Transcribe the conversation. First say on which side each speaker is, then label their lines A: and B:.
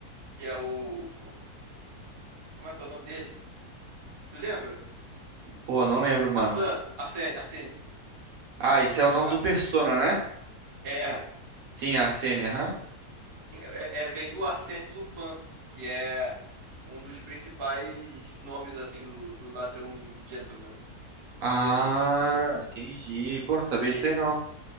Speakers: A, on the right; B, on the right.
A: que é o. Como é que é o nome dele? Tu lembra?
B: Pô, não lembro, mano.
A: Arsene, Arsene, Arsene.
B: Ah, esse é o nome
A: A-
B: do Persona, né?
A: É,
B: Sim, a Sene, aham.
A: É, é- vem do Arsène Lupin, que é um dos principais nomes assim do, do ladrão gentleman
B: Ah,
A: que existe.
B: entendi. Pô, não sabia
A: E
B: disso
A: ele
B: aí não.
A: foi,